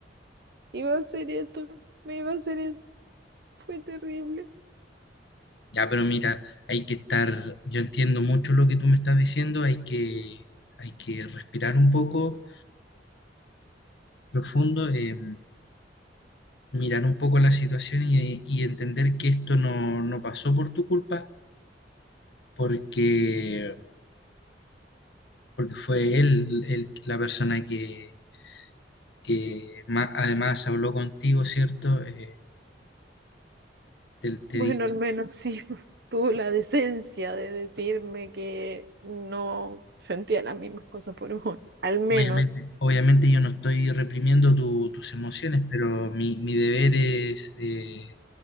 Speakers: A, on the right; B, on the left.
A: iba a hacer esto, me iba a hacer esto. Fue terrible.
B: Ya, pero mira, hay que estar, yo entiendo mucho lo que tú me estás diciendo, hay que, hay que respirar un poco profundo, eh, mirar un poco la situación y, y entender que esto no, no pasó por tu culpa, porque, porque fue él el- la persona que, que ma- además habló contigo, ¿cierto? Eh, te, te
A: Bueno,
B: dijo,
A: al menos sí <laughs> tuvo la decencia de decirme que no sentía las mismas cosas por uno. Al menos.
B: obviamente, obviamente yo no estoy reprimiendo tu- tus emociones, pero mi, mi deber es... eh,